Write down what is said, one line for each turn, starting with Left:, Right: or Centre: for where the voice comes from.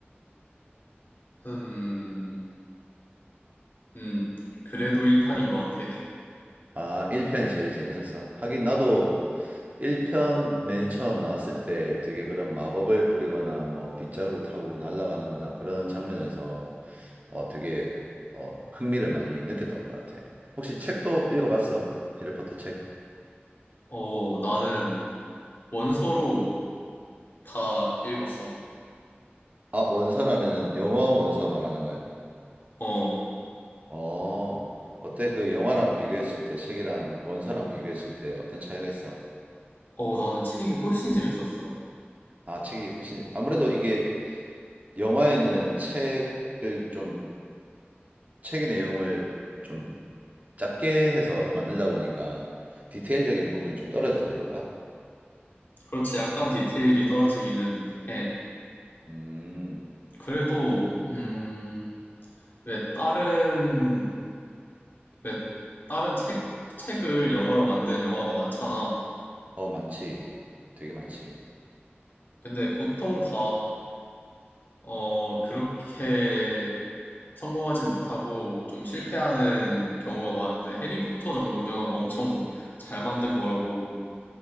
Left: 음, 음, 그래도 1편인 것 같아.
Right: 아, 1편이 제일 재밌었어. 하긴 나도 1편 맨 처음 나왔을 때 되게 그런 마법을 부리거나 뭐 빗자루 타고 날아가는 거나 그런 장면에서 어 되게 어 흥미를 많이 느꼈던 것 같아. 혹시 책도 읽어봤어? 해리포터 책?
Left: 어, 나는 원서로 다 읽었어.
Right: 아, 원서라면은 영어 원서 말하는 거야?
Left: 어,
Right: 어, 어때? 그 영화랑 비교했을 때 책이랑 원서랑 비교했을 때 어떤 차이가 있어?
Left: 어, 나는 책이 훨씬 재밌었어.
Right: 아, 책이 훨씬 아무래도 이게 영화에는 책을 좀 책의 내용을 좀 작게 해서 만들다 보니까 디테일적인 부분이 좀 떨어져서 그런가?
Left: 그렇지, 약간 디테일이 떨어지기는 해.
Right: 음,
Left: 그래도, 음, 왜 다른, 왜 다른 책, 책을 영화로 만든 영화가 많잖아.
Right: 어, 많지. 되게 많지.
Left: 근데 보통 다, 어, 그렇게 성공하진 못하고 좀 실패하는 경우가 많은데, 해리포터 정도면 엄청 잘 만든 거라고